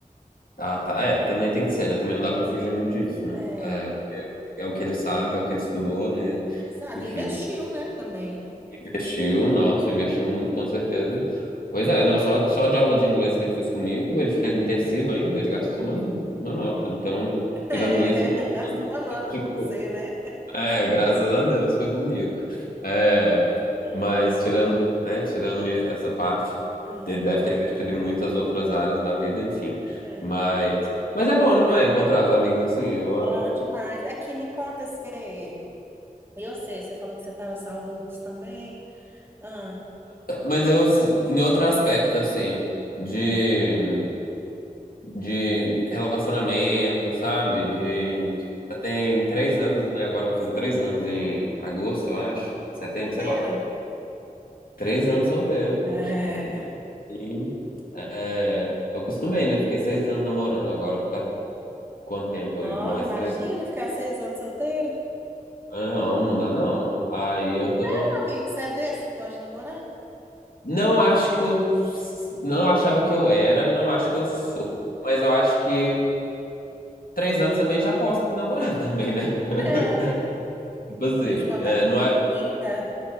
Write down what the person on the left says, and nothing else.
Ah, tá. É, também tem que ser, né? Também não dá pra fugir muito disso, né?
É, porque é o que ele sabe, é o que ele estudou, né?
Enfim,
investiu, nossa, investiu muito, com certeza. Pois é, não, só, só de aula de inglês que ele fez comigo, ele fez intensivo ainda, ele gastou uma, uma nota.
Então,
tirando isso, <laughs>
tanto de
co-
é, graças a Deus, foi comigo. É,
mas tirando, né, tirando essa parte,
ele deve ter investido em muitas outras áreas da vida, enfim.
Mas, mas é bom, não é? Encontrar os amigos assim. eu, ah,
mas eu, em outro aspecto, assim, de, de relacionamento, sabe? De,
já tem três anos, né? Agora vai fazer três anos em agosto, eu acho, setembro,
sei lá. Três anos solteiro,
poxa.
E, aí, é, eu acostumei, né? Fiquei seis anos namorando, agora ficar Quanto tempo
aí? Mais
três?
Não, não dá não. Aí eu tô.
Não acho que eu. Não achava que eu era, não acho
que eu sou. Mas eu acho que três anos também já posso namorar <laughs> também, né? <laughs>
Tipo assim,
é,
não
é.